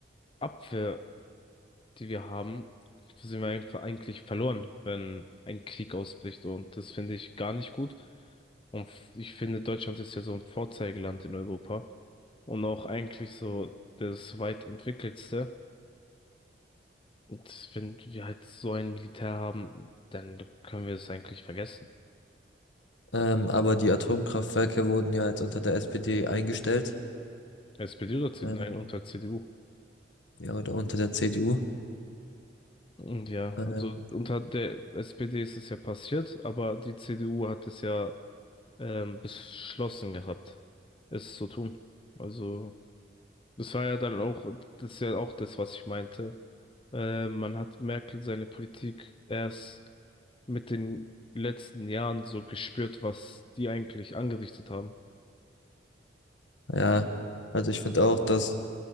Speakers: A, on the left; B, on the left.
A: Abwehr, die wir haben, sind wir einfach eigentlich verloren, wenn ein Krieg ausbricht. Und das finde ich gar nicht gut. Und f- ich finde, Deutschland ist ja so ein Vorzeigeland in Europa und auch eigentlich so das weit entwickeltste. Und wenn wir halt so ein Militär haben, dann können wir es eigentlich vergessen.
B: ähm, aber die Atomkraftwerke wurden ja jetzt unter der SPD eingestellt,
A: SPD oder CDU?
B: äh,
A: Nein, unter CDU.
B: ja, oder unter der CDU.
A: Und ja,
B: Äh,
A: also unter der SPD ist es ja passiert, aber die CDU hat es ja ähm, beschlossen gehabt, es zu tun. Also das war ja dann auch, das ist ja auch das, was ich meinte. Äh, man hat Merkel seine Politik erst mit den letzten Jahren so gespürt, was die eigentlich angerichtet haben.
B: ja, also ich finde auch, dass